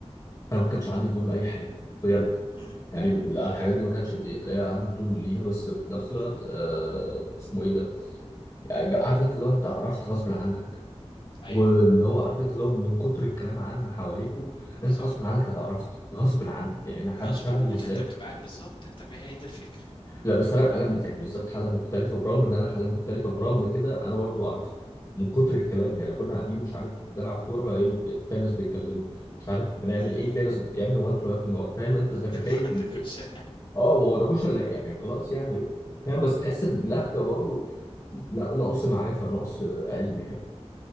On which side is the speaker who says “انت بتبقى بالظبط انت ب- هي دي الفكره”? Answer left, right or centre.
Left